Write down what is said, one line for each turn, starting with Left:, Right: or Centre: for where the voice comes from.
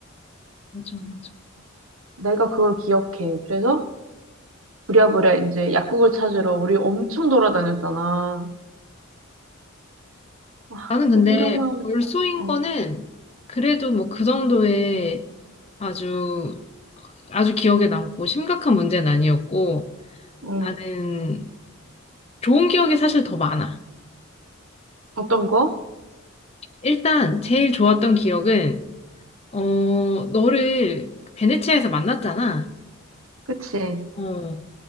Left: 맞아, 맞아.
Right: 내가 그걸 기억해. 그래서, 부랴부랴 이제 약국을 찾으러 우리 엄청 돌아다녔잖아. 와,
Left: 나는 근데
Right: 그때 생각만 하면
Left: 벌소인
Right: 진짜, 어,
Left: 거는 그래도 뭐 그 정도의 아주 아주 기억에 남고 심각한 문제는 아니었고
Right: 응.
Left: 나는 좋은 기억이 사실 더 많아.
Right: 어떤 거?
Left: 일단 제일 좋았던 기억은 어 너를 베네치아에서 만났잖아.
Right: 그치.
Left: 어.